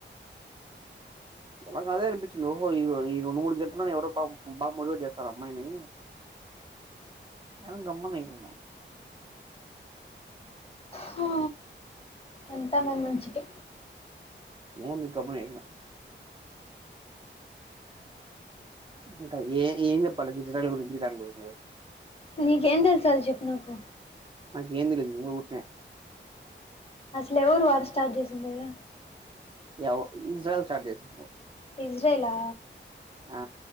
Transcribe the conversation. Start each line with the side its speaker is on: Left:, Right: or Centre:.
Right: నాక్ అదే అనిపించిది ఓహో ఈ ఈ రెండు మూడు గంటలో ఎవరో మోటివేట్ చేస్తారు అమ్మాయిని అని గమ్మునయిపోయిన
Left: హా, అంతా మన మంచికే
Right: లే అని గమ్మునయిన ఇంకా ఏ ఏం చెప్పాల ఇజ్రాయిల్ గురించి ఇరాన్ గురించి
Left: నీకేం తెలుసది చెప్పు నాకు
Right: నాకేం తెలీదు ఉరుకనే
Left: అసలు ఎవరు వార్ స్టార్ట్ చేసిండేది
Right: ఎవ్ ఇజ్రాయెల్ స్టార్ట్ చేసింది
Left: ఇజ్రైలా
Right: ఆ